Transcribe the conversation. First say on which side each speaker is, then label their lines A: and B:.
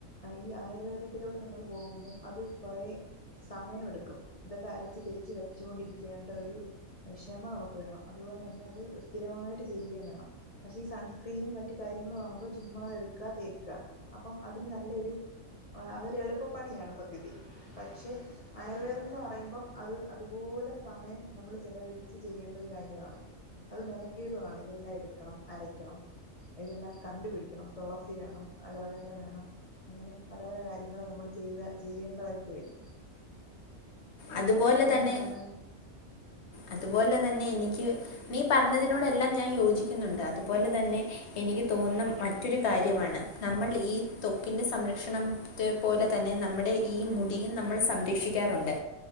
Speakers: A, on the left; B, on the left.
A: ഈ ആയുർവേദത്തിലോട്ട് നമ്മൾ പോകുമ്പം അത് കുറെ സമയമെടുക്കും ഇതൊക്കെ അരച്ച് തേച്ച് വെച്ചുകൊണ്ടിരിക്കേണ്ട ഒരു ക്ഷമ നമുക്ക് വേണം അതുപോലെ തന്നെ അത് സ്ഥിരമായിട്ട് ചെയ്യുകയും വേണം പക്ഷെ ഈ സൺസ്ക്രീനും മറ്റു കാര്യങ്ങളും വാങ്ങുമ്പോ ചുമ്മാത എടുക്കാ തേക്കാ അപ്പം അതിന് നല്ലൊരു അതരു എളുപ്പപ്പണിയാണ് സത്യത്തിൽ പക്ഷെ ആയുർവേദം എന്ന് പറയുമ്പം അത് അതുപോലെ സമയം നമ്മൾ ചെലവഴിച്ച് ചെയ്യേണ്ട ഒരു കാര്യമാണ് അത് മെനക്കേടുമാണ് ഇതെല്ലാം എടുക്കണം അരയ്ക്കണം ഇതെല്ലാം കണ്ടുപിടിക്കണം തുളസി വേണം അലോവേര വേണം അങ്ങനെ പല പല കാര്യങ്ങളും നമ്മൾ ചെയ്യുക ചെയ്യേണ്ടതായിട്ട് വരും നിന്റെ
B: അതുപോലെ
A: അഭിപ്രായം
B: തന്നെ
A: എന്താണ്
B: അതുപോലെ തന്നെ എനിക്ക് നീ പറഞ്ഞതിനോടെല്ലാം ഞാൻ യോജിക്കുന്നുണ്ട് അതുപോലെ തന്നെ എനിക്ക് തോന്നുന്ന മറ്റൊരു കാര്യമാണ് നമ്മൾ ഈ തൊക്കിൻ്റെ സംരക്ഷണം റ്റ് പോലെ തന്നെ നമ്മുടെ ഈ മുടിയും നമ്മൾ സംരക്ഷിക്കാറുണ്ട്